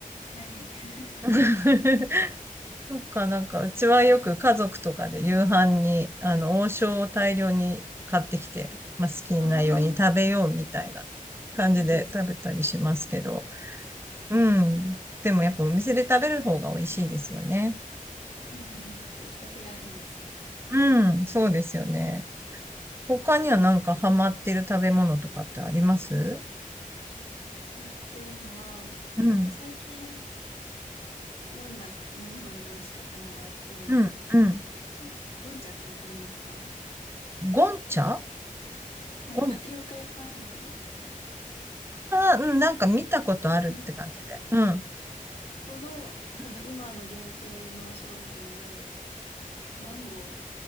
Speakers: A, on the left; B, on the right.
A: はい。<laughs>
B: <laughs> なんか、なんか、うちはよく家族とかで夕飯に、あの、王将を大量に買ってきて、まあ、好きなように食べようみたいな
A: ああ、<laughs>
B: 感じで食べたりしますけど、
A: いいですね。
B: うん。でもやっぱお店で食べる方が美味しいですよね。
A: うん。出来たてがいいですね。
B: うん、そうですよね。他にはなんかハマってる食べ物とかってあります
A: 待ってるのは、
B: うん、
A: そう最近飲んだ飲み物で美味しかったのがあって、
B: うん、うん。
A: ゴンゴンチャってわかりますか
B: ゴンチャ
A: なんかタピオカ屋さんみたいな。
B: ゴン、あーあー、あーうん、なんか見たことあるって感じで。
A: うん。
B: うん。
A: そこの多分今の限定の商品で、
B: うん。
A: マンゴー